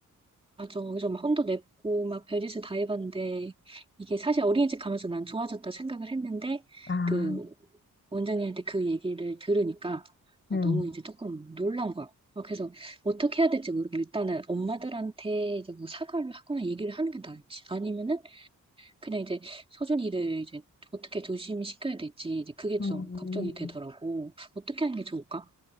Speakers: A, on the right (about 15°); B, on the left (about 35°).
A: 맞아. 그래서 막 혼도 냈고, 막 별짓을 다 해봤는데, 이게 사실 어린이집 가면서 난 좋아졌다 생각을 했는데,
B: 아,
A: 그, 원장님한테 그 얘기를 들으니까, 아,
B: 응,
A: 너무 이제 조금 놀란 거야. 어, 그래서 어떻게 해야 될지 모르고, 일단은 엄마들한테 이제 뭐 사과를 하거나 얘기를 하는 게 나을지, 아니면은 그냥 이제 서준이를 이제 어떻게 조심시켜야 될지, 이제 그게
B: 응.
A: 좀 걱정이 되더라고. 어떻게 하는 게 좋을까?